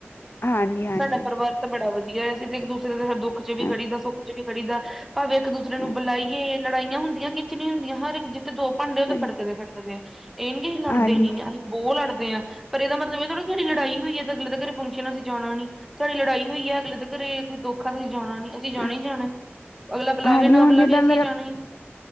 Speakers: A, on the left (about 55°); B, in the centre.
A: ਹਾਂਜੀ ਹਾਂਜੀ
B: ਸਾਡਾ ਪਰਿਵਾਰ ਤਾ ਬੜਾ ਵਧੀਆ ਅਸੀਂ ਤੇ ਇੱਕ ਦੂਸਰੇ ਦੇ ਦੁੱਖ 'ਚ'ਵੀ
A: ਹਾਂ
B: ਖੜੀ ਦਾ ਸੁੱਖ 'ਚ' ਵੀ ਖੜੀ ਦਾ। ਭਾਵੇਂ ਇੱਕ ਦੂਸਰੇ ਨੂੰ
A: ਹਾਂਜੀ
B: ਬੁਲਾਈਏ, ਲੜਾਈਆਂ ਹੁੰਦੀਆਂ ਕੀਚ ਨੀ ਹੁੰਦੀਆਂ, ਹਰ ਇੱਕ ਜਿੱਥੇ ਦੋ ਭਾਂਡੇ ਉਹ ਤਾਂ
A: ਹਾਂਜੀ
B: ਖੜਕਦੇ-ਖੜਕਦੇ ਇਹ ਨੀ ਅਸੀਂ ਲੜਦੇ
A: ਹਾਂਜੀ
B: ਨੀ ਅਸੀ ਬਹੁਤ ਲੜਦੇ ਆ। ਪਰ ਇਹਦਾ ਮਤਲਬ ਇਹ ਥੋੜਾ ਸਾਡੀ ਲੜਾਈ ਹੋਈ ਹੈ ਤੇ ਅਗਲੇ ਦੇ ਘਰੇ ਫੰਕਸ਼ਨ ਅਸੀਂ ਜਾਣਾ ਨੀ। ਸਾਡੀ ਲੜਾਈ ਹੋਈ ਐ। ਅਗਲੇ ਦੇ ਘਰੇ ਕੋਈ ਦੁੱਖ ਤਾਂ ਅਸੀਂ ਜਾਣਾ ਨੀ, ਅਸੀਂ ਜਾਣਾ
A: ਹਾਂ-
B: ਈ ਜਾਣਾ ਅਗਲਾ ਬੁਲਾਵੇ
A: ਹਾਂਜੀ
B: ਨਾ
A: ਹੁਣ
B: ਬੁਲਾਵੇ
A: ਜਿੱਦਾਂ
B: ਅਸੀਂ
A: ਮੇਰਾ
B: ਜਾਣਾ ਈ ਆ।